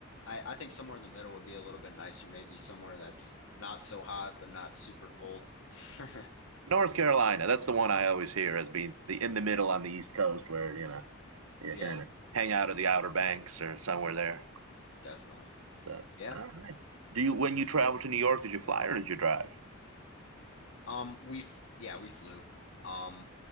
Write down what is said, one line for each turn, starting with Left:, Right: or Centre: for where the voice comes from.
Left: I, I think somewhere in the middle would be a little bit nicer. Maybe somewhere that's not so hot, but not super cold. <laughs>
Right: North Carolina, that's the one I always hear as being the in the middle on the East Coast, where you know you
Left: Yeah,
Right: kind of hang out at the Outer Banks or somewhere there.
Left: definitely.
Right: So,
Left: Yeah.
Right: all right. do you when you travel to New York, did you fly or did you drive?
Left: Um, we f- yeah, we flew. Um,